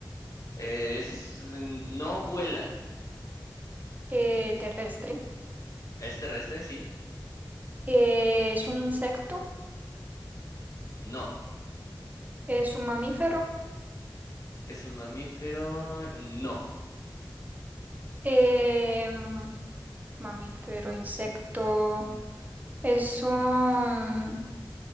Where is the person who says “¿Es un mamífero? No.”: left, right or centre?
Left